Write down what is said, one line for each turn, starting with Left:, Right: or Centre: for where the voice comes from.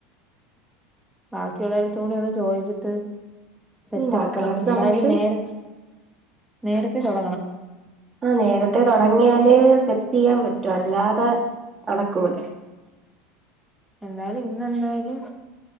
Centre: ബാക്കിയുള്ളവരത്തും കൂടി ഒന്ന് ചോദിച്ചിട്ട്. സെറ്റ്
Right: ഉം ബാക്കിയുള്ളടത്ത്
Centre: ആക്കണം എന്തായാലും
Right: നമുക്ക്
Centre: നേര നേരത്തെ തുടങ്ങണം.
Right: ആ നേരത്തെ തുടങ്ങിയാലെ സെറ്റി യ്യാൻ പറ്റുഅല്ലാതെ നടക്കൂല്ല.
Centre: എന്തായാലും ഇന്നെന്തായാലും